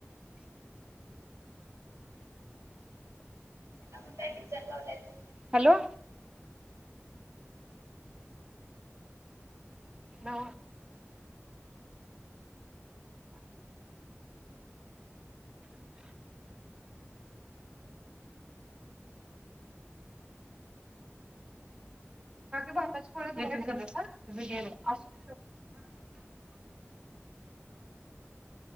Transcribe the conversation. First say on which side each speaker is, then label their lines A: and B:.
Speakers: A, on the right (about 85°); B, on the right (about 20°).
A: कोणता पिक्चर लावलाय ग?
B: हॅलो ना अस